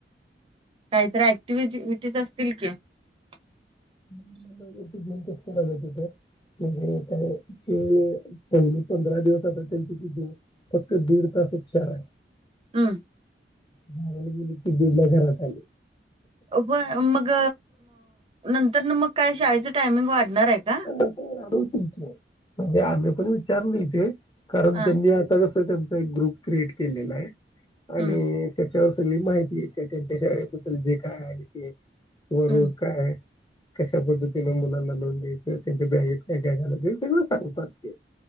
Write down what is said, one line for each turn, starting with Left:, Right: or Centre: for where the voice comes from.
Right: काहीतरी ऍक्टिवीटी असतील कि. <unintelligible> <inaudible>
Left: <unintelligible> <inaudible> म्हणजे काय की, पहिली पंधरा दिवस आता त्यांची कितीे फक्त दीड तासाच चार हाय.
Right: हम्म!
Left: बाराला गेली, ते दीडला घरात आली.
Right: हो, मग नंतर मग काय शाळेचं टायमिंग वाढणार आहे का?
Left: होय, वाढवतील की, म्हणजे आम्ही पण विचारल नाही ते, कारण
Right: हा
Left: त्यांनी स त्यांचा एक ग्रुप क्रिएट केलेला आहे, आणि
Right: हम्म
Left: त्याच्यावर सगळी माहितीेयेत्या, त्यांच्या शाळेबद्दल जे काय आहे ते वरू
Right: हम्म
Left: काय, कश्या पद्धतीन मुलांना लावून त्यांच्या बॅगेत काय काय घालायचं, ते सगळं सांगतात ते.